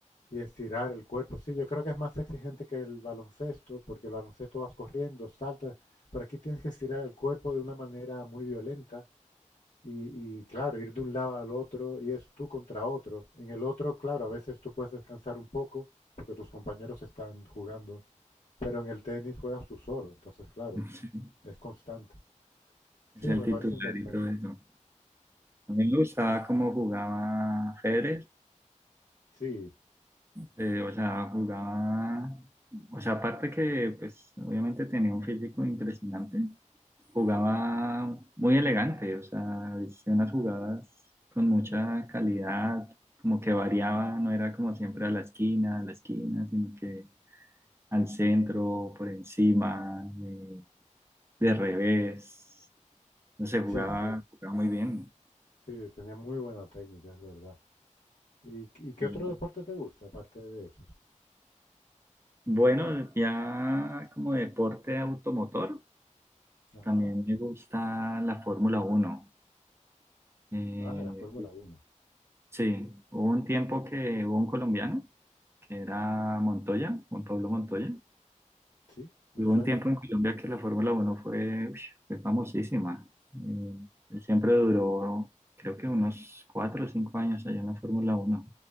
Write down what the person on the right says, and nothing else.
<laughs>
Es el
titular
y todo eso. A mí me gustaba cómo jugaba Federer,
eh, o sea, jugaba, o sea, aparte que pues obviamente tenía un físico impresionante, jugaba muy elegante, o sea, hacía unas jugadas con mucha calidad, como que variaba, no era como siempre a la esquina, a la esquina, sino que al centro, por encima, eh, de revés, no sé, jugaba,
jugaba muy bien.
Y
Bueno, ya como deporte automotor,
también me gusta la Fórmula Uno. Eh,
sí, hubo un tiempo que hubo un colombiano, que era Montoya, Juan Pablo Montoya.
Y
hubo un tiempo en Colombia que la Fórmula Uno fue, uy, fue famosísima. Eh, él siempre duró, creo que unos cuatro o cinco años allá en la Fórmula Uno.